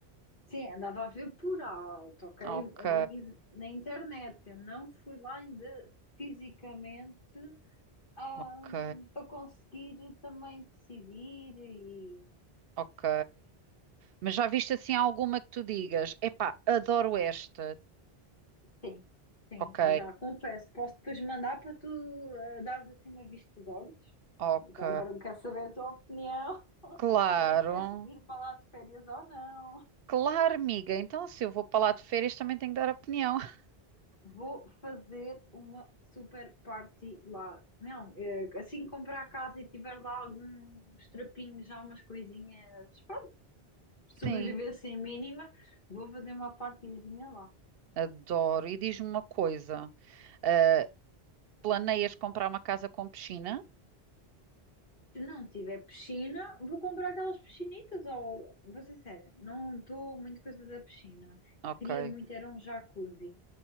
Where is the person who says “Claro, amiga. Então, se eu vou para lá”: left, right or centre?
Right